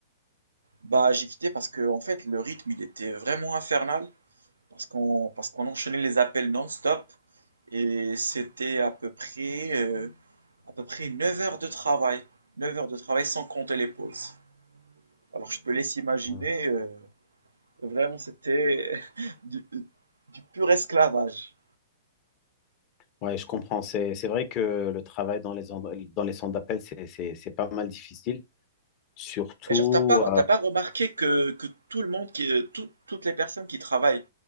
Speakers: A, on the right (about 80°); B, on the left (about 35°).
A: Bah, j'ai quitté parce que, en fait, le rythme, il était vraiment infernal, parce qu'on parce qu'on enchaînait les appels non-stop, et c'était à peu près, euh, à peu près 9 heures de travail. neuf heures de travail sans compter les pauses. Alors, je te laisse imaginer,
B: Hmm.
A: euh, vraiment, c'était <laughs> du, du pur esclavage.
B: Ouais, je comprends. C'est, c'est vrai que le travail dans les, end- dans les centres d'appel, c'est, c'est, c'est pas mal difficile. Surtout,
A: Et genre, t'as pas, t'as pas remarqué que, que tout le monde, qui, euh, tout- toutes les personnes qui travaillent